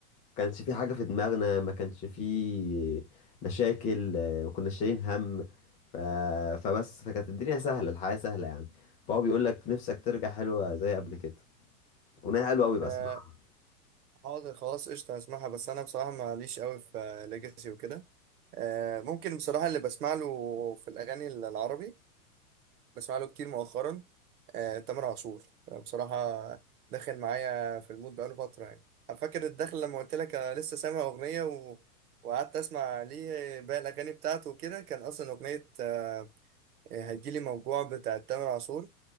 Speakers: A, on the left; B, on the right.
A: كانش في حاجة في دماغنا ما كانش في مشاكل آه، ما كناش شايلين هم ف... فبس فكانت الدنيا سهلة الحياة سهلة يعني فهو بيقول لك نفسك ترجع حلوة زي قبل كده أغنية حلوة أوي بقى
B: آه
A: اسمعها
B: حاضر خلاص قشطه هسمعها بس انا بصراحه ماليش قوي في ليجاسي وكده آه ممكن بصراحه اللي بسمع له في الاغاني ال- العربي بسمع له كتير مؤخرا آه تامر عاشور آه، بصراحه داخل معايا في المود بقاله فتره يعني فاكر الدخل لما قلت لك انا لسه سامع اغنيه و... وقعدت اسمع ليه باقي الاغاني بتاعته وكده كان اصلا اغنيه آه هتجيلي موجوع بتاعت تامر عاشور